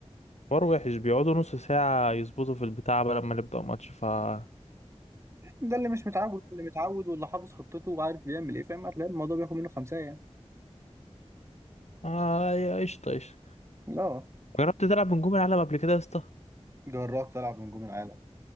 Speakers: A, on the left (about 75°); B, on the right (about 25°).
A: حوار وحش بيقعدوا نص ساعة يظبطوا في البتاع قبل ما نبدأ ماتش فالحوار
B: ده اللي مش متعود اللي متعود واللي حافظ خطته وعارف بيعمل ايه فاهم هتلاقي الموضوع بياخد منه خمسة يعني
A: اه يا قشطة قشطة
B: لا
A: جربت تلعب بنجوم العالم قبل كده يا اسطى
B: جراك تلعب نجوم العالم